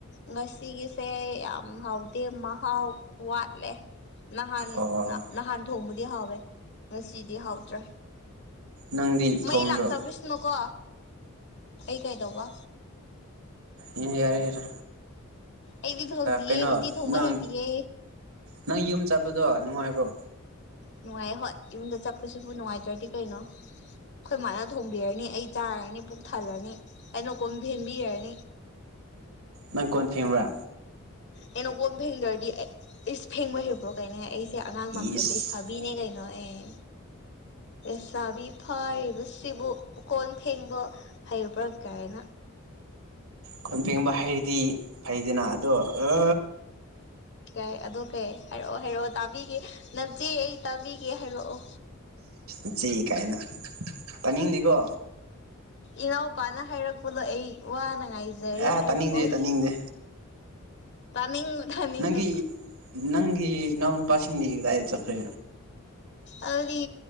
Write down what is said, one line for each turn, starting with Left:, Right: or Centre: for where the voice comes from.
Left: ꯉꯁꯤꯒꯤꯁꯦ ꯌꯥꯝ ꯍꯥꯎꯗꯦ ꯃꯍꯥꯎ ꯋꯥꯠꯂꯦ ꯅꯍꯥꯟ
Right: ꯑꯣ
Left: ꯅ ꯅꯍꯥꯟ ꯊꯣꯡꯕꯗꯤ ꯍꯥꯎꯋꯦ ꯉꯁꯤꯗꯤ ꯍꯥꯎꯗ꯭ꯔꯦ
Right: ꯅꯪꯗꯤ
Left: ꯃꯩ
Right: ꯊꯣꯡꯗ꯭ꯔꯣ
Left: ꯂꯥꯛꯇꯕꯁꯤꯅꯣꯀꯣ ꯑꯩ ꯀꯩꯗꯧꯕ
Right: ꯌꯦ ꯌꯥꯔꯦ ꯌꯥꯔꯦ
Left: ꯑꯩꯗꯤ ꯊꯣꯡꯗꯤꯌꯦ
Right: ꯀꯩꯅꯣ
Left: ꯎꯇꯤ ꯊꯣꯡꯕ
Right: ꯅꯪ
Left: ꯍꯩꯇꯤꯌꯦ
Right: ꯅꯪ ꯌꯨꯝ ꯆꯠꯄꯗꯣ ꯅꯨꯡꯉꯥꯏꯕ꯭ꯔꯣ
Left: ꯅꯨꯡꯉꯥꯏꯌꯦ ꯍꯣꯏ ꯌꯨꯝꯗ ꯆꯠꯄꯁꯤꯕꯨ ꯅꯨꯡꯉꯥꯏꯇ꯭ꯔꯗꯤ ꯀꯩꯅꯣ ꯑꯩꯈꯣꯏ ꯃꯥꯅ ꯊꯣꯡꯕꯤꯔꯅꯤ ꯑꯩ ꯆꯥꯔꯅꯤ ꯄꯨꯛ ꯊꯜꯂꯅꯤ ꯑꯩꯅ ꯀꯣꯟ ꯐꯦꯡꯕꯤꯔꯅꯤ
Right: ꯅꯪ ꯀꯣꯟ ꯐꯦꯡꯕꯔ
Left: ꯑꯩꯅ ꯀꯣꯟꯝ ꯐꯦꯡꯗ꯭ꯔꯗꯤ ꯑꯩ ꯏꯁ ꯐꯦꯡꯕ ꯍꯩꯕ꯭ꯔꯣ ꯀꯥꯏꯅ ꯑꯩꯁꯦ ꯑꯉꯥꯡ ꯃꯥꯟꯕ꯭ꯔꯣ
Right: ꯏꯁ
Left: ꯂꯩꯁꯥ ꯕꯤꯅꯦ ꯀꯩꯅꯣ ꯑꯩ ꯂꯩꯁꯥꯕꯤ ꯐꯥꯔꯤꯕꯁꯤꯕꯨ ꯎꯀꯣꯟ ꯐꯦꯡꯕ ꯍꯩꯕ꯭ꯔꯥ ꯀꯥꯏꯅ
Right: ꯀꯣꯟ ꯐꯦꯡꯕ ꯍꯩꯔꯗꯤ ꯐꯩꯗꯅ ꯑꯗꯣ ꯑ
Left: ꯀꯩ ꯑꯗꯣ ꯀꯩ ꯍꯥꯏꯔꯛꯑꯣ ꯍꯥꯏꯔꯛꯑꯣ ꯇꯥꯕꯤꯒꯦ ꯅꯆꯦ ꯑꯩ ꯇꯥꯕꯤꯒꯦ ꯍꯥꯏꯔꯛꯑꯣ
Right: ꯏꯆꯦ ꯀꯥꯏꯅ ꯇꯥꯅꯤꯡꯗꯦꯀꯣ
Left: ꯏꯅꯥꯎꯄꯥꯅ ꯍꯥꯏꯔꯛꯄꯗꯣ ꯑꯩ ꯋꯥꯅ ꯉꯥꯏꯖꯔꯤ
Right: ꯑꯦ
Left: ꯍꯥꯏꯔꯛꯑꯣ
Right: ꯇꯥꯅꯤꯡꯗꯦ ꯇꯥꯅꯤꯡꯗꯦ
Left: ꯇꯥꯅꯤꯡꯉꯨ ꯇꯥꯅꯤꯡꯉꯨ
Right: ꯅꯪꯒꯤ ꯅꯪꯒꯤ ꯏꯅꯥꯎ ꯅꯨꯄꯥꯁꯤꯡꯗꯤ ꯀꯗꯥꯏꯗ ꯆꯠꯈ꯭ꯔꯦ
Left: ꯑꯗꯨꯗꯤ